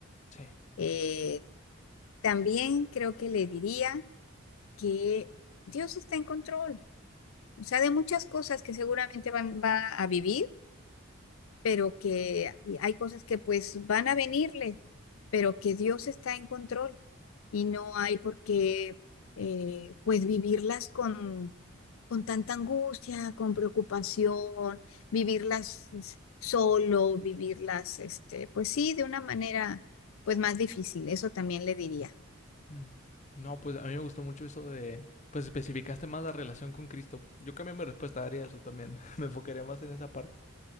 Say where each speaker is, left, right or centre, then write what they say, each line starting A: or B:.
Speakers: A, on the left; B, on the left.
A: sí.
B: Eh, también creo que le diría que Dios está en control, o sea, de muchas cosas que seguramente van, va a vivir pero que hay cosas que pues van a venirle, pero que Dios está en control y no hay por qué eh, pues vivirlas con, con tanta angustia, con preocupación, vivirlas es, solo, vivirlas, este, pues sí, de una manera pues más difícil, eso también le diría.
A: Mm. No, pues a mí me gustó mucho eso de, pues especificaste más la relación con Cristo. Yo cambié mi respuesta, haría eso también. <laughs> Me enfocaría más en esa parte.